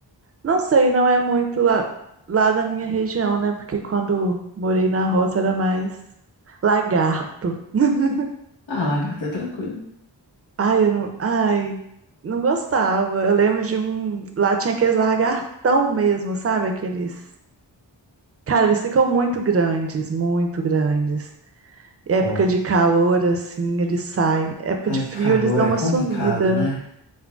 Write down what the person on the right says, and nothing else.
Não sei, não é muito lá, lá da minha região, né? Porque quando morei na roça era mais lagarto. <laughs>
Ai, eu não. Ai, não gostava. Eu lembro de um. Lá tinha aqueles lagartão mesmo, sabe? Aqueles. Cara, eles ficam muito grandes, muito grandes. Época
de calor, assim, eles saem. Época
de frio,
eles dão
uma
sumida.